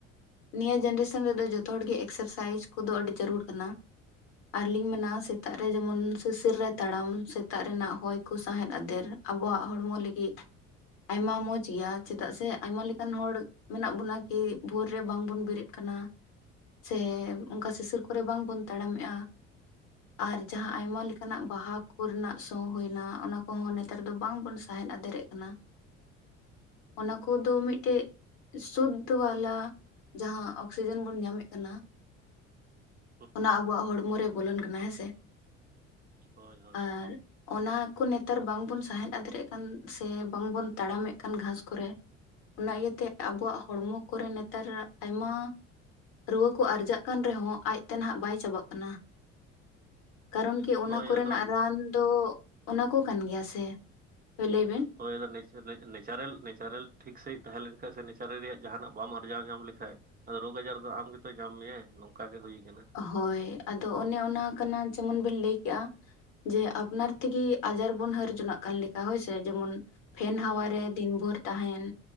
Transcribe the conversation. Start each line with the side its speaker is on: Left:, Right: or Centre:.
Left: ᱱᱤᱭᱟᱹ ᱡᱮᱱᱨᱮᱥᱚᱱ ᱨᱮᱫᱚ ᱡᱚᱛᱚ ᱦᱚᱲ ᱜᱮ ᱮᱠᱥᱟᱨᱥᱟᱭᱤᱡᱽ ᱠᱚᱫᱚ ᱟᱹᱰᱤ ᱡᱟᱹᱨᱩᱲ ᱠᱟᱱᱟ ᱾ ᱟᱨᱞᱤᱧ ᱢᱮᱱᱟ ᱥᱮᱛᱟᱜ ᱨᱮ ᱡᱮᱢᱚᱱ ᱥᱥᱤᱨ ᱨᱮ ᱛᱟᱲᱟᱢ ᱥᱮᱛᱟᱜ ᱨᱮᱱᱟᱜ ᱦᱚᱭ ᱠᱚ ᱥᱟᱦᱮᱫ ᱟᱫᱮᱨ ᱟᱵᱚᱣᱟᱜ ᱦᱚᱲᱢᱚ ᱞᱟᱹᱜᱤᱫ ᱟᱭᱢᱟ ᱢᱚᱸᱡᱽ ᱜᱮᱭᱟ, ᱪᱮᱫᱟᱜ ᱥᱮ ᱟᱭᱢᱟ ᱞᱮᱠᱟᱱ ᱦᱚᱲ ᱢᱮᱱᱟᱜ ᱵᱚᱱᱟ ᱠᱤ ᱵᱷᱳᱨ ᱨᱮ ᱵᱟᱝᱵᱚᱱ ᱵᱮᱨᱮᱫ ᱠᱟᱱᱟ ᱾ ᱥᱮ ᱚᱱᱠᱟ ᱥᱤᱥᱤᱨ ᱠᱚᱨᱮ ᱵᱟᱝ ᱵᱚᱱ ᱛᱟᱲᱟᱢᱮᱜᱼᱟ ᱾ ᱟᱨ ᱡᱟᱦᱟᱸ ᱟᱭᱢᱟ ᱞᱮᱠᱟᱱᱟᱜ ᱵᱟᱦᱟ ᱠᱚ ᱨᱮᱱᱟᱜ ᱥᱚ ᱦᱩᱭᱱᱟ ᱚᱱᱟ ᱠᱚᱦᱚᱸ ᱱᱮᱛᱟᱨ ᱫᱚ ᱵᱟᱝᱵᱚᱱ ᱥᱟᱦᱮᱸᱫ ᱟᱫᱮᱨᱮᱜ ᱠᱟᱱᱟ ᱾ ᱚᱱᱟ ᱠᱚᱫᱚ ᱢᱤᱫᱴᱮᱡ ᱥᱩᱫᱽᱫᱷ ᱵᱟᱞᱟ ᱡᱟᱦᱟᱸ ᱚᱠᱥᱤᱡᱮᱱ ᱵᱚᱱ ᱧᱟᱢᱮᱫ ᱠᱟᱱᱟ
Right: <inaudible>
Left: ᱚᱱᱟ ᱟᱵᱚᱣᱟᱜ ᱦᱚᱲᱢᱚ ᱨᱮ ᱵᱚᱞᱚᱱ ᱠᱟᱱᱟ ᱦᱮᱸᱥᱮ ᱾
Right: ᱦᱳᱭ ᱦᱳᱭ
Left: ᱟᱨ ᱚᱱᱟ ᱠᱚ ᱱᱮᱛᱟᱨ ᱵᱟᱝᱵᱚᱱ ᱥᱟᱦᱮᱫ ᱟᱫᱨᱮᱜ ᱠᱟᱱ ᱥᱮ ᱵᱟᱝᱵᱚᱱ ᱛᱟᱲᱟᱢ ᱮᱫ ᱠᱟᱱ ᱜᱷᱟᱥ ᱠᱚᱨᱮ ᱾ ᱚᱱᱟ ᱤᱭᱟᱹᱛᱮ ᱟᱵᱚᱣᱟᱜ ᱦᱚᱲᱢᱚ ᱠᱚᱨᱮ ᱱᱮᱛᱟᱨ ᱟᱭᱢᱟ ᱨᱩᱣᱟᱹ ᱠᱚ ᱟᱨᱡᱟᱜ ᱠᱟᱱ ᱨᱮᱦᱚᱸ ᱟᱡᱛᱮ ᱱᱟᱦᱟᱜ ᱵᱟᱭ ᱪᱟᱵᱟᱜ ᱠᱟᱱᱟ, ᱠᱟᱨᱚᱱ ᱠᱮ ᱚᱱᱟ
Right: ᱦᱳᱭ
Left: ᱠᱚᱨᱮᱱᱟᱜ
Right: ᱟᱫᱚ
Left: ᱨᱟᱱ ᱫᱚ ᱚᱱᱟ ᱠᱚ ᱠᱟᱱ ᱜᱮᱭᱟ ᱥᱮ ᱦᱳᱭ ᱞᱟᱹᱭ ᱵᱮᱱ ᱾
Right: ᱦᱳᱭ ᱟᱫᱚ ᱱᱮᱪ ᱱᱮᱪᱟᱨᱮᱞ ᱱᱮᱪᱟᱨᱮᱞ ᱴᱷᱤᱠ ᱥᱟᱺᱤᱡ ᱛᱟᱦᱮᱸ ᱞᱮᱱᱠᱷᱟᱡ ᱥᱮ ᱱᱮᱪᱟᱨᱮᱞ ᱨᱮᱭᱟᱜ ᱡᱟᱦᱟᱱᱟᱜ ᱵᱟᱢ ᱟᱨᱡᱟᱣ ᱧᱟᱢ ᱞᱮᱠᱷᱟᱡ ᱟᱫᱚ ᱨᱳᱜᱽ ᱟᱡᱟᱨ ᱫᱚ ᱟᱢ ᱜᱮᱛᱚ ᱧᱟᱢ ᱢᱮᱭᱟ, ᱱᱚᱝᱠᱟ ᱜᱮ ᱦᱩᱭ ᱠᱟᱱᱟ ᱾
Left: ᱦᱳᱭ ᱟᱫᱚ ᱚᱱᱮ ᱚᱱᱟ ᱠᱟᱱᱟ ᱡᱮᱢᱚᱱ ᱵᱮᱱ ᱞᱟᱹᱭ ᱠᱮᱜ-ᱟ ᱡᱮ ᱟᱯᱱᱟᱨ ᱛᱮᱜᱮ ᱟᱡᱟᱨ ᱵᱚᱱ ᱦᱟᱹᱨ ᱡᱚᱱᱟᱜ ᱠᱟᱱ ᱞᱮᱠᱟ ᱦᱳᱭᱥᱮ ᱾ ᱡᱮᱢᱚᱱ ᱯᱷᱮᱱ
Right: ᱦᱳᱭ
Left: ᱦᱟᱣᱟᱨᱮ ᱫᱤᱱ ᱵᱷᱳᱨ ᱛᱟᱦᱮᱱ,